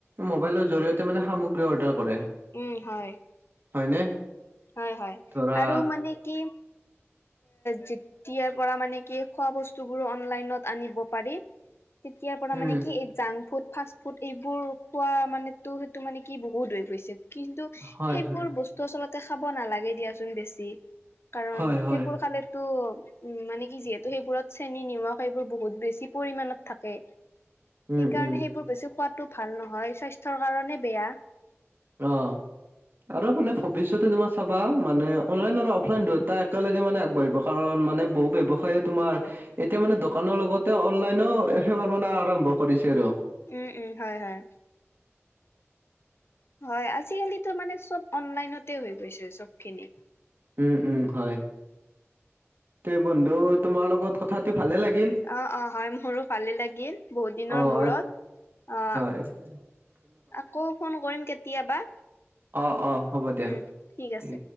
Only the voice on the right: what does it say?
মোবাইলৰ জৰিয়তে মানে সামগ্ৰী অৰ্ডাৰ কৰে।
হয়নে।
ধৰা
উম
হয়
হয়
হয় হয়
উম
উম
অঁ অ। আৰ মানে ভৱিষ্যতে তোমাৰ চাবা মানে অনলাইন আৰু অফলাইন দুয়োটা একেলগে মানে আগবাঢ়িব। কাৰণ মানে বহু ব্যৱসায়ে তোমাৰ এতিয়া মানে দোকানৰ লগতে অনলাইনও সেৱাৰ মানে আৰম্ভ কৰিছে আৰু।
উম! উম! হয় তে বন্ধু তোমাৰ লগত কথা পাতি ভালে লাগিল।
অ'
আজ
<unintelligible>
অঁ অঁ হ'ব দিয়া
তি।